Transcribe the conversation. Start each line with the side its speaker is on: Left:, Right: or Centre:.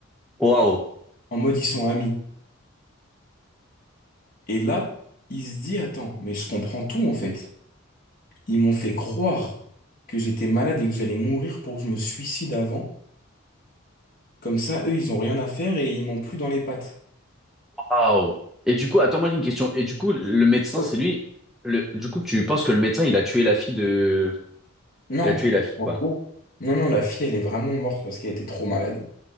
Centre: Waouh.
Left: En mode, ils sont amis. Et là, il se dit, attends, mais je comprends tout en fait. Ils m'ont fait croire que j'étais malade et que j'allais mourir pour que je me suicide avant. Comme ça, eux, ils ont rien à faire et ils m'ont plus dans les pattes.
Centre: Waouh. Et du coup, attends, moi j'ai une question. Et du coup, le médecin,
Left: Ouais.
Centre: c'est lui. Le... Du coup, tu penses que le médecin, il a tué la fille de.
Left: Non,
Centre: Il a tué la fille,
Left: en
Centre: quoi.
Left: gros, non, non, la fille, elle est vraiment morte parce qu'elle était trop malade.